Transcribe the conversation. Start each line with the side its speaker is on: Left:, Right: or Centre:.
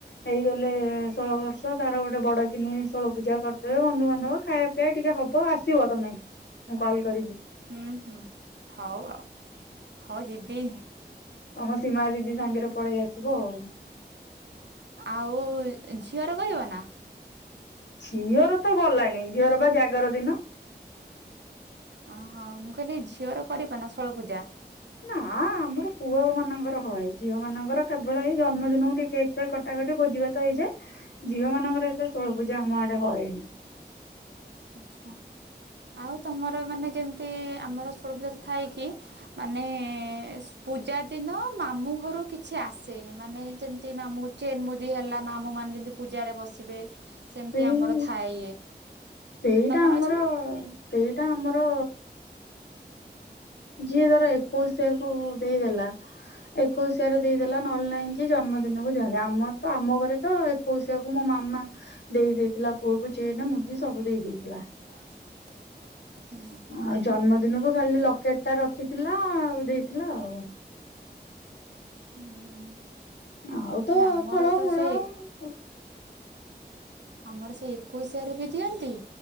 Left: ହେଇଗଲେ ଷୋଳ ବର୍ଷ ତାର ଗୋଟେ ବଡକିନି ଷୋଳ ପୂଜା କରିଦେବେ ବନ୍ଧୁବାନ୍ଧବ ଖାଇବା ଏ ଟିକେ ହବ ଆସିବ ତମେ ମୁଁ କଲ୍ କରିବି।
Right: ହୁଁ ହୁଁ ହଉ ଆଉ ହଉ ଯିବି।
Left: ହଁ ସୀମା ଦିଦି ସାଙ୍ଗରେ ପଳେଇ ଆସିବ ଆଉ
Right: ଆଉ ଝିଅର କରିବନା?
Left: ଝିଅର ତ ଗଲାନି ଝିଅର ବା ଜାଗର ଦିନ।
Right: ଅହ ମୁଁ କହିଲି ଝିଅର କରିବ ନା ଷୋଳପୂଜା?
Left: ନା ଆମର ପୁଅ ମାନଙ୍କର ହଏ ଝିଅ ମାନଙ୍କର କେବଳ ଏଇ ଜନ୍ମଦିନକୁ ଟିକେ କେକ୍ ଫେକ୍ କଟାକଟି ଭୋଜି ଭାତ ହୋଇଯାଏ ଝିଅ ମାନଙ୍କର ଏତେ ଷୋଳପୂଜା ଆମ ଆଡ଼େ ହଏନି।
Right: ଆଚ୍ଛା। ଆଉ ତମର ମାନେ ଯେମିତି ଆମର ଷୋଳପୂଜା ଥାଇ କି ମାନେ ପୂଜା ଦିନ ମାମୁଁ ଘରୁ କିଛି ଆସେ ମାନେ ଯେମତି ମାମୁ ଚେନ ମୁଦି ହେଲା ମାମୁଁ ମାନେ ଯେଦି ପୂଜାରେ ବସିବେ ସେମିତି
Left: ସେଇ
Right: ଆମର ଥାଏ ଇଏ।
Left: ସେଇଟା
Right: ତମର
Left: ଆମର
Right: ଅଛି ନା?
Left: ସେଇଟା ଆମର ଯିଏ ଧର ଏକୋଇଶିଆକୁ ଦେଇଦେଲା ଏକୋଇଶିଆ ରେ ଦେଇଦେଲା ନହେଲେ ନାହିଁ କି ଜନ୍ମଦିନକୁ ଦିଆ ହେଲେ ଆମର ତ ଆମ ଘରେ ତ ଏକୋଇଶିଆକୁ ମୋ ମାମା ଦେଇ ଦେଇଥିଲା ପୁଅକୁ ଚେନ ମୁଦି ସବୁ ଦେଇ ଦେଇଥିଲା।
Right: <inaudible> ହୁଁ।
Left: ଆଉ ଜନ୍ମଦିନକୁ ଖାଲି ଲକେଟ ଟା ରଖିଥିଲା ଆଉ ଦେଇଥିଲା ଆଉ।
Right: ହୁଁ।
Left: ଆଉ ତ
Right: ଆମର
Left: ଫଳମୂଳ
Right: ତ ସେ
Left: ସବୁ
Right: ଆମର ସେଇ ଏକୋଇଶିଆରେ ବି ଦିଅନ୍ତି